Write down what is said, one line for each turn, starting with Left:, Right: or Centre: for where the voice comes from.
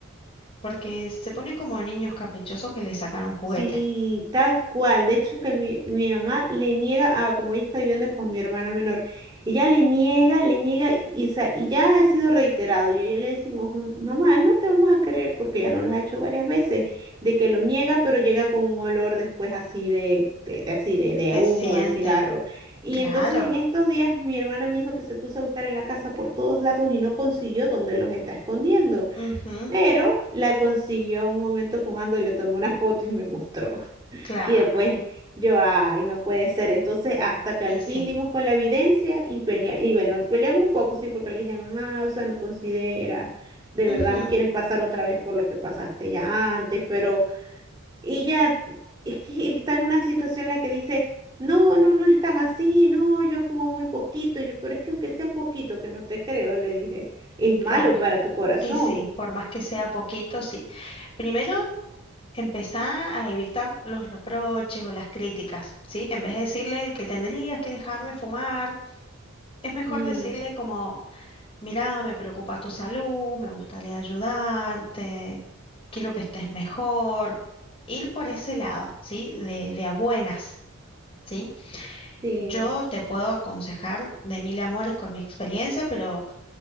Left: porque se ponen como niños caprichosos que le sacan un juguete.
Right: sí, tal cual. De hecho, que mi, mi mamá le niega a, como ella está viviendo con mi hermana menor, ella le niega, le niega, y, o sea, y ya ha sido reiterado. Y a ella le decimos, "Mm, mamá, no te vamos a creer, porque ya nos lo ha hecho varias veces, de que lo niega, pero llega con un olor después así de, de, de así de,
Left: Se
Right: de humo,
Left: siente,
Right: de cigarro. Y
Left: claro,
Right: entonces en estos días mi hermana me dijo que se puso a buscar en la casa por todos lados y no consiguió donde los está escondiendo.
Left: ujú,
Right: Pero la consiguió un momento fumando y le tomó una foto y me mostró.
Left: claro,
Right: Y después yo, ay, no puede ser. Entonces, hasta que
Left: y
Right: al
Left: sí,
Right: fin dimos con la evidencia y pelea, y bueno, peleamos un poco, sí, porque le dije, mamá, o sea, no considera, de
Left: ujú,
Right: verdad, no quieres pasar otra vez por lo que pasaste ya antes, pero ella es que está en una situación en la que dice, no, no, no es tan así, no, yo fumo muy poquito, Y yo, pero es que aunque sea un poquito, que no te creo, le dije, es
Left: claro,
Right: malo para tu corazón.
Left: y sí, por más que sea poquito, sí. Primero Empezá a evitar los reproches o las críticas, ¿sí? En vez de decirle que tendrías que dejar de fumar, es mejor
Right: Mm.
Left: decirle como, mirá, me preocupa tu salud, me gustaría ayudarte, quiero que estés mejor. Ir por ese lado, ¿sí? De, de a buenas, ¿sí?
Right: Sí,
Left: Yo te puedo aconsejar de mil amores con mi experiencia, pero